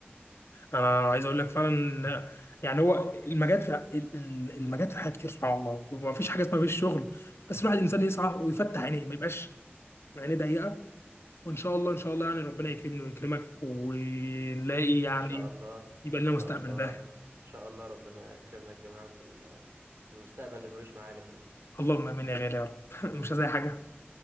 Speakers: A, on the left; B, on the right.
A: انا عايز اقول لك فعلا إن- يعني هو المجال في ال- ال- المجال في حاجات كتير سبحان الله وما فيش حاجه اسمها مفيش شغل بس الواحد الانسان يسعى ويفتح عينيه ما يبقاش عينيه ضيقه وان شاء الله ان شاء الله يعني ربنا يكرمني ويكرمك ونلاقي يعني
B: إن شاء الله إن
A: يبقى لنا
B: شاء
A: مستقبل
B: الله
A: باهر
B: إن شاء الله ربنا يكرمنا جميعا في ال- في المستقبل اللي ملوش معالم ده
A: اللهم امين يا غالي يا رب <laughs> مش عايز اي حاجه